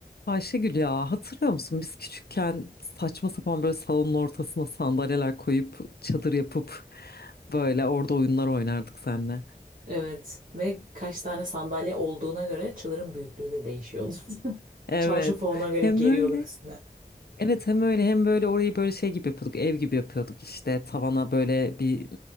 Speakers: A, on the left; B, on the right.
A: Ayşegül ya hatırlıyor musun biz küçükken saçma sapan böyle salonun ortasına sandalyeler koyup çadır yapıp böyle orada oyunlar oynardık seninle.
B: Evet ve kaç tane sandalye olduğuna göre çadırın büyüklüğü de değişiyordu. <laughs>
A: Evet
B: Çarşafı ona göre
A: hem
B: geriyorduk
A: böyle
B: üstüne.
A: evet hem öyle hem böyle orayı böyle şey gibi yapıyorduk ev gibi yapıyorduk işte tavana böyle bir